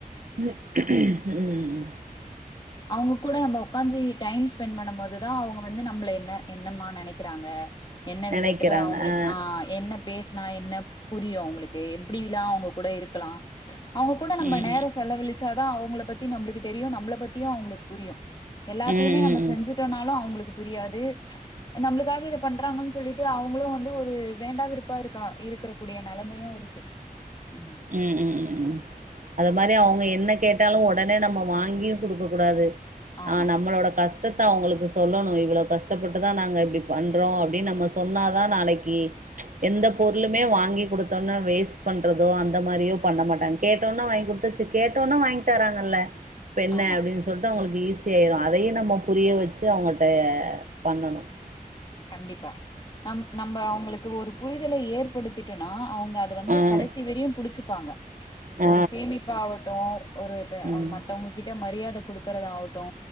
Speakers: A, on the right; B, on the left.
A: உம் உம்
B: அவங்க கூட நம்ம உக்காஞ்சி டைம் ஸ்பெண்ட் பண்ணும் போதுதா அவங்க வந்து நம்மள என்ன என்னம்மா நெனக்கிறாங்க என்ன
A: நெனைக்கிறாங்க
B: விதத்தல அவங்களுக்கு
A: ஆ
B: ஆஹ் என்ன பேச ந என்ன புரியு அவங்களுக்கு எப்படில்லா அவங்க கூட இருக்கலா அவங்க கூட நம்ம
A: ம்
B: நேரோ செலவழிச்சாதா அவங்கள பத்தி நம்மளுக்கு தெரியு நம்மள ப த்தியு அவங்களுக்கு புரியும் எல்லாத்தயுமே
A: ம் ம்
B: நம்ம செஞ்சுட்டோனாலு அவங்களுக்கு புரியாது நம்மளுக்காக இத பண்றாங்கன் சொல்லிட்டு அவங்களு வந்து ஒரு வேண்டா வெருப்பா இருக்கா இருக்கற கூடிய நெலமையு இருக்கு ம்
A: உம் உம் உம் உம் அத மாரி அவங்க எ ன்ன கேட்டாலு ஒடனே நம்ம வாங்கியு குடுக்க கூடாது
B: ஆமா
A: ஆஹ் நம்மளோட கஷ் டத்த அவங்களுக்கு சொல்லணு இவ்வளவு கஷ்டப்பட்டுதா நாங்க இப்படி பண்றோ அப்டின்னு நம்ம சொன்னாதா நாளைக்கு எந்த பொருளுமே வாங்கி கொடுத்தோனா வேஸ்ட் பண்ற தோ அந்த மாரியோ பண்ண மாட்டாங்க கேட்டோன்னே வாங்கி குடுத்துச்சு கேட்டோன்னே வாங்கி தராங்கல்ல இப்ப என்ன
B: ஆமா
A: அப்டின்னு சொல்டு அவுங்களுக் ஈசி ஆயிரோ அதயு நம்ம புரிய வெச்சு அவுங்கட்ட பண்ணணும்
B: கண்டிப்பா நம் நம்ப அவுங்களுக்கு ஒரு புரி ரிதல ஏற்படுத்திட்டோனா அவுங்க அத வந்து
A: ஆ
B: கடைசி வரியும் புடிச்சு ருப்பாங்க
A: ஆ
B: ஒரு சேமிப்பா அவ டோ ஒரு இப்ப
A: ம்
B: மத்தவங்ககிட்ட ம மரியாத குடுக்குறதாவட்டு